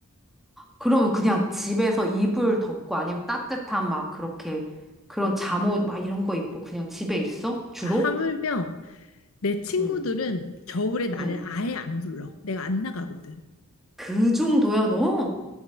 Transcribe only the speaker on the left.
나 하물며 내 친구들은
겨울에 나를
아예 안 불러. 내가 안 나가거든.